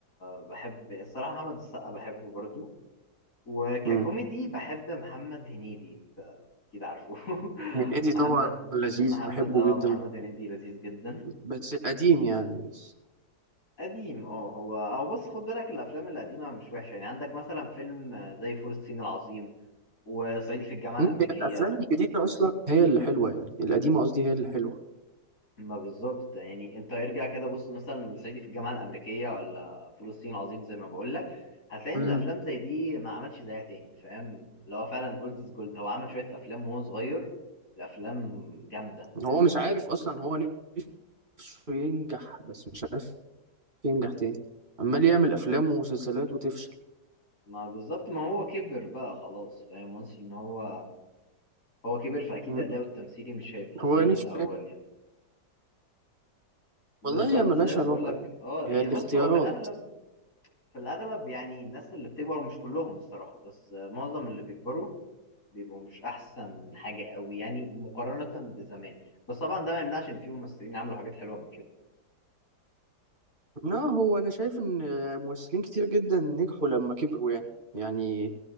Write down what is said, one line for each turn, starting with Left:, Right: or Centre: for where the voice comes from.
Left: بحب الصراحة أحمد السقا بحبه برضو وككوميدي
Right: مم.
Left: بحب محمد هنيدي أنت أكيد عارفه <laughs>
Right: هنيدي
Left: محمد
Right: طبعا لذيذ
Left: محمد
Right: بحبه
Left: اه
Right: جدا
Left: محمد هنيدي لذيذ جدا
Right: بس القديم يعني بس
Left: قديم اه هو او بص خد بالك الأفلام القديمة مش وحشة يعني عندك مثلا فيلم زي فول الصين العظيم وصعيدي في الجامعة
Right: مم.
Left: الأمريكية
Right: هي الافلام الجديده اصلا هي اللي حلوه يعني القديمه قصدي هي اللي حلوه
Left: ما بالظبط يعني انت ارجع كده بص مثلا لصعيدي في الجامعه الامريكيه ولا فول الصين العظيم زي ما بقول لك هتلاقي ان
Right: مم.
Left: الافلام زي دي ما عملش زيها تاني فاهم اللي هو فعلا اولد از جولد هو عمل شويه افلام وهو صغير الافلام جامده فاهم
Right: هو مش عارف اصلا هو نفسه ينجح بس مش عارف ينجح تاني عمال يعمل افلام ومسلسلات وتفشل
Left: ما بالظبط ما هو كبر بقى خلاص فاهم وانس ان هو هو كبر فاكيد
Right: مم.
Left: اداؤه التمثيلي مش هيبقى
Right: هو
Left: زي
Right: نفسه
Left: الاول
Right: يعني.
Left: يعني بالظبط
Right: والله هي ملهاش
Left: زي ما
Right: علاقه
Left: بقول لك
Right: يعني
Left: اه
Right: هي
Left: يعني
Right: الاختيارات
Left: بص هو في الاغلب في الاغلب يعني الناس اللي بتكبر مش كلهم الصراحه بس معظم اللي بيكبروا بيبقوا مش احسن حاجه قوي يعني مقارنه بزمان بس طبعا ده ما يمنعش ان في ممثلين عملوا حاجات حلوه اما كده
Right: لا هو انا شايف ان ممثلين كتير جدا نجحوا لما كبروا يعني يعني